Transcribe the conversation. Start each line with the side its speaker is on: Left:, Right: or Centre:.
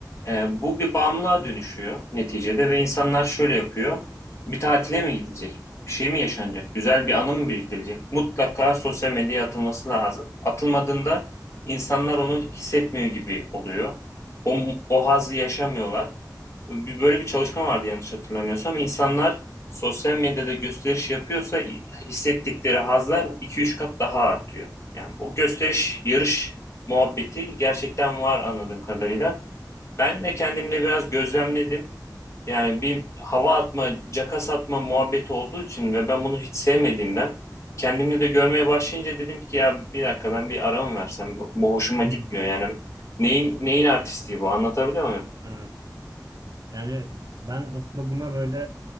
Left: e, bu bir bağımlılığa dönüşüyor neticede ve insanlar şöyle yapıyor. Bir tatile mi gidecek? Bir şey mi yaşanacak? Güzel bir anı mı biriktirilecek? Mutlaka sosyal medyaya atılması lazım. Atılmadığında insanlar onu hissetmiyor gibi oluyor. O, o hazzı yaşamıyorlar. Böyle bir çalışma vardı yanlış hatırlamıyorsam. İnsanlar sosyal medyada gösteriş yapıyorsa hissettikleri hazlar 2-3 kat daha artıyor. Yani bu gösteriş, yarış muhabbeti gerçekten var anladığım kadarıyla. Ben de kendimle biraz gözlemledim. Yani bir hava atma, caka satma muhabbeti olduğu için ve ben bunu hiç sevmediğimden kendimde de görmeye başlayınca dedim ki ya bir dakika ben bir ara mı versem? Bu, bu hoşuma gitmiyor
Right: Hı hı.
Left: yani. Neyin neyin artistliği bu? Anlatabiliyor muyum?
Right: Evet. Yani ben aslında buna böyle